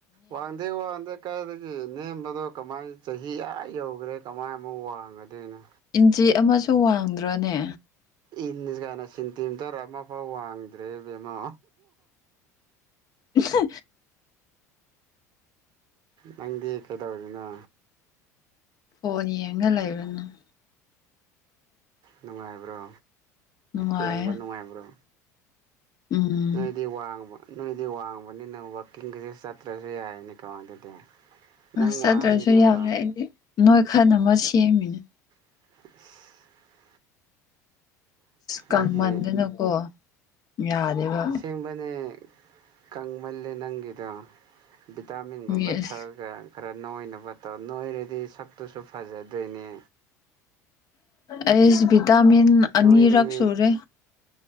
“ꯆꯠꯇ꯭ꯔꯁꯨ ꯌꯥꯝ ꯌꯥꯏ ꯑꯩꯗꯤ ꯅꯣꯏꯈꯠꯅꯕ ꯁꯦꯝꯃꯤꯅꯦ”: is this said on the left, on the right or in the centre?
Left